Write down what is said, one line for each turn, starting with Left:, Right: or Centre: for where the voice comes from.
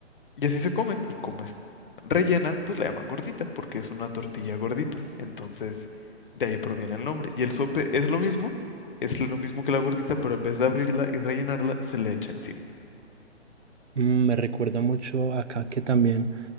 Left: y así se come. Y como es rellena, pues la llaman gordita, porque es una tortilla gordita. Entonces, de ahí proviene el nombre. Y el sope es lo mismo, es lo mismo que la gordita, pero en vez de abrirla y rellenarla, se le echa encima.
Right: Mm, Me recuerda mucho acá que también